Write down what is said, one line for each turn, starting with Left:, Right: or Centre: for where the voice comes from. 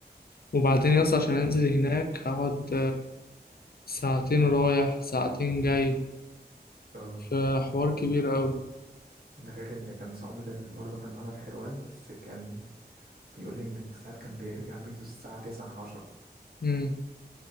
Left: وبعدين يا اسطى عشان أنزل هناك هقعد ساعتين رايح ساعتين جاي
Right: اه
Left: فحوار كبير أوي
Right: ده غير ان كان صاحبي ده برضه كان معانا في حلوان بس كان بيقول لي ان ساعات كان بيرجع بيته الساعة تسعة عشرة
Left: امم